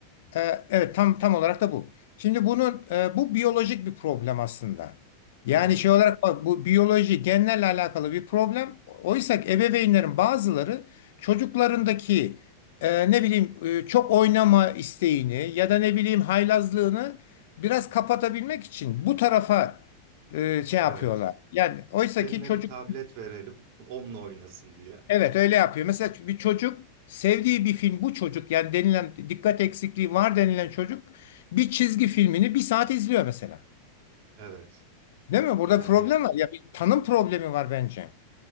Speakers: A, on the left; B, on the right.
A: E, evet tam tam olarak da bu. Şimdi bunun e, bu biyolojik bir problem aslında. Yani
B: Hı hı.
A: şey olarak bak, bu biyoloji genlerle alakalı bir problem. Oysa ki ebeveynlerin bazıları çocuklarındaki e, ne bileyim e, çok oynama isteğini ya da ne bileyim haylazlığını biraz kapatabilmek için bu tarafa e, şey yapıyorlar.
B: Evet.
A: Yani oysa
B: Eline
A: ki çocuk
B: bir tablet verelim. Onunla oynasın diye.
A: Evet öyle yapıyor. Mesela bir çocuk sevdiği bir film bu çocuk yani denilen dikkat eksikliği var denilen çocuk bir çizgi filmini bir saat izliyor mesela.
B: Evet.
A: Değil mi? Burada
B: Yani
A: problem var. Ya bir tanım problemi var bence.